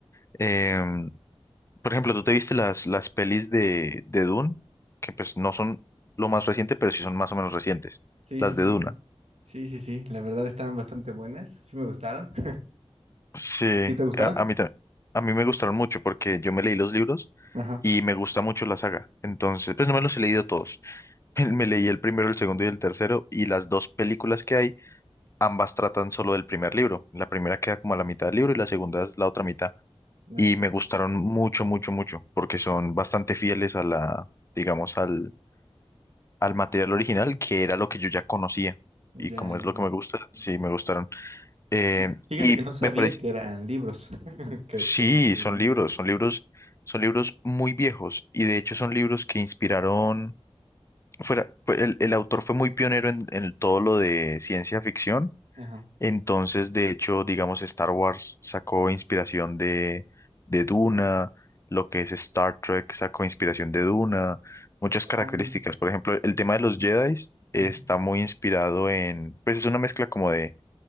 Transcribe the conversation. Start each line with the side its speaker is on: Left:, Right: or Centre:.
Left: Em, por ejemplo, ¿tú te viste las, las pelis de, de Dune? Que pues no son lo más reciente, pero sí son más o menos recientes,
Right: Sí,
Left: las
Right: sí, sí.
Left: de Duna.
Right: Sí, sí, sí. La verdad estaban bastante buenas. Sí me gustaron. <laughs>
Left: Sí,
Right: ¿Sí te gustaron?
Left: a, a mí, ta- a mí me gustaron mucho porque yo me leí los libros
Right: Ajá.
Left: y me gusta mucho la saga. Entonces, pues no me los he leído todos. <laughs> Me me leí el primero, el segundo y el tercero y las dos películas que hay, ambas tratan solo del primer libro. La primera queda como a la mitad del libro y la segunda es la otra mitad.
Right: No
Left: Y
Right: entiendo.
Left: me gustaron mucho, mucho, mucho porque son bastante fieles a la, digamos, al, al material original que era lo que yo ya conocía.
Right: Ya,
Left: Y como
Right: ya. ya.
Left: es lo que me gusta, sí, me gustaron. Eh,
Right: Y Fíjate
Left: y
Right: que no sabía
Left: me parece...
Right: que eran libros. <laughs> Que,
Left: Sí,
Right: que eran libros
Left: son
Right: de
Left: libros,
Right: eso.
Left: son libros, son libros muy viejos y de hecho son libros que inspiraron, fuera, fue- el, el autor fue muy pionero en, en todo lo de ciencia ficción,
Right: Ajá.
Left: entonces de hecho, digamos, Star Wars sacó inspiración de, de Duna, lo que es Star Trek sacó inspiración de Duna, muchas
Right: Oh,
Left: características,
Right: mira.
Left: por ejemplo, el tema de los Jedi está
Right: Ujú.
Left: muy inspirado en, pues es una mezcla como de